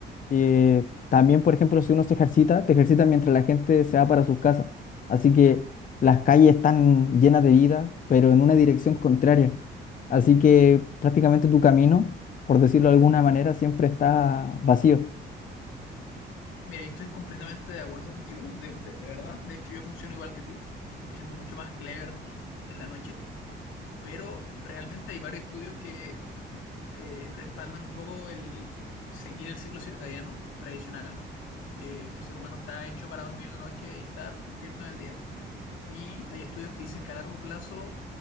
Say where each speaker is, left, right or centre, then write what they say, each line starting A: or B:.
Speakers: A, on the left; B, on the left.
A: Eh, también, por ejemplo, si uno se ejercita, te ejercita mientras la gente se va para sus casas. Así que las calles están llenas de vida, pero en una dirección contraria. Así que prácticamente tu camino por decirlo de alguna manera, siempre está vacío.
B: Mira, y estoy completamente de acuerdo contigo, de, de- de verdad. De hecho, yo funciono igual que tú. Me siento mucho más clever en la noche, pero realmente hay varios estudios que eh, respaldan un poco el seguir el ciclo circadiano tradicional, que, que el ser humano está hecho para dormir en la noche y estar despierto en el día. Y hay estudios que dicen que a largo plazo